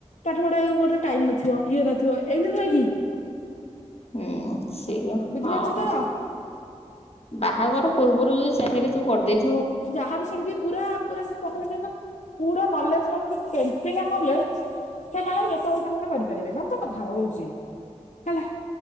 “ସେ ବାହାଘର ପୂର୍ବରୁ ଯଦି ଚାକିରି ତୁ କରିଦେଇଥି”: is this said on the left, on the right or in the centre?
Left